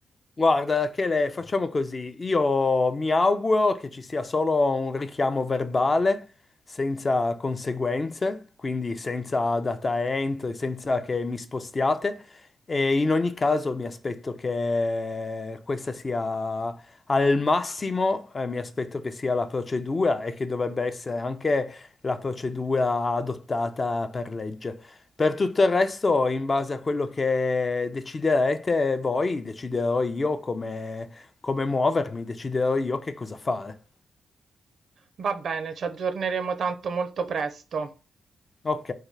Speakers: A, on the left; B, on the right.
A: Guarda, Chele, facciamo così. Io mi auguro che ci sia solo un richiamo verbale senza conseguenze, quindi senza data entry, senza che mi spostiate. E in ogni caso mi aspetto che questa sia al massimo, eh, mi aspetto che sia la procedura e che dovrebbe essere anche la procedura adottata per legge. Per tutto il resto, in base a quello che deciderete voi, deciderò io come, come muovermi, deciderò io che cosa fare.
B: Va bene, ci aggiorneremo tanto molto presto.
A: Ok?